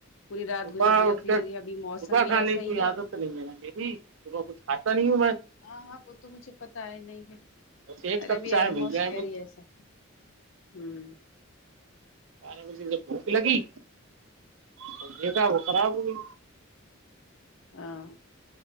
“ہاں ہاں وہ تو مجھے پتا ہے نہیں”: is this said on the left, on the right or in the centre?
Left